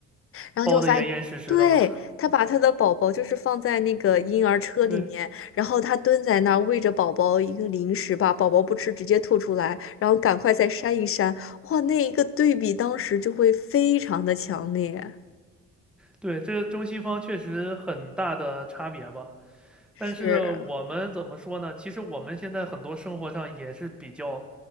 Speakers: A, on the left; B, in the centre.
A: 然后就会发现，
B: 包得严严实实的嘛，
A: 对，他把他的宝宝就是放在那个婴儿车里面，
B: <laughs> 对。
A: 然后他蹲在那儿喂着宝宝一个零食吧，宝宝不吃直接吐出来，然后赶快再扇一扇，哇，那一个对比当时就会非常的强烈，
B: 对，这中西方确实很大的差别吧。
A: 是，
B: 但是我们怎么说呢？其实我们现在很多生活上也是比较